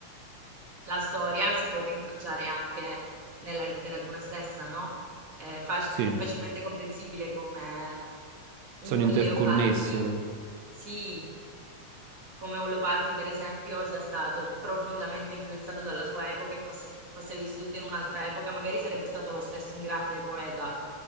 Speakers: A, on the right (about 50°); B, on the right (about 75°).
A: la storia si può rintracciare anche nella letteratura stessa, no? È, fac-
B: sì,
A: è facilmente comprensibile come un
B: sono interconnesse,
A: Leopardi, sì, come un Leopardi, per esempio, sia stato profondamente influenzato dalla sua epoca e fosse, fosse vissuto in un'altra epoca, magari sarebbe stato lo stesso un grande poeta,